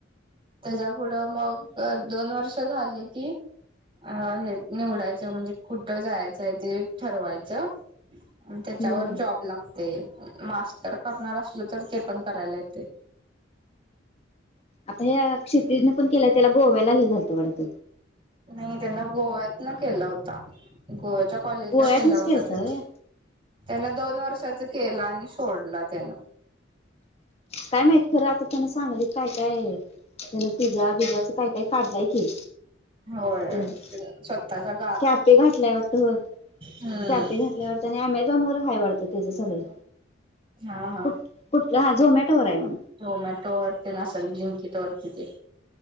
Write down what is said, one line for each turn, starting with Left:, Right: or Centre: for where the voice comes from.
Right: त्याच्या पुढं मग दोन वर्ष झाले की? अ हे निवडायचं म्हणजे कुठं जायचंय ते ठरवायचं. त्याच्यावर
Left: हम्म हम्म
Right: जॉब लागते. मास्टर करणार अशील तर ते पण करायला येते.
Left: आता ह्या क्षितिज ने पण केल्या त्याला गोव्याला हे झालतं वाडत.
Right: नाही त्यांना गोव्यात न केलं होत गोव्याच्या कॉलेजला
Left: गोव्यातनच
Right: खेलावडत
Left: केलतं
Right: ते
Left: व्हय
Right: त्यांना दोन वर्षाच केला आणि सोडला त्यानं
Left: काय माहित खरं आता त्यांना सांगली काय काय त्यान पिझ्झा बिझ्झा असं काही काही काढलंय की
Right: होय
Left: त्यानं
Right: स्वतः चा
Left: कॅफे घातल्याय वाटतं हो
Right: हम्म
Left: कॅफे घातल्या वाटत आणि अमेझॉन वर काय वाटतं त्याच सगळं
Right: हा हा
Left: कुठ कुठलं हा झोमॅटोवर हायम्हणं
Right: झोमॅटो वरती असल बिंकीट वरती ते